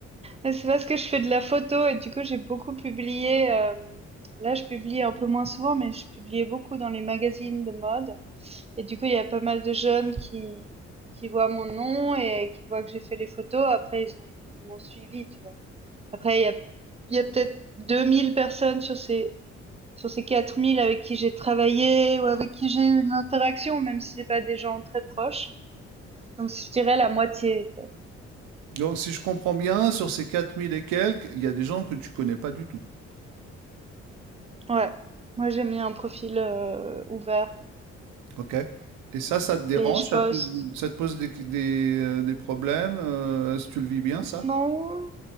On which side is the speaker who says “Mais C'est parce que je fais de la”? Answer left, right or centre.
Right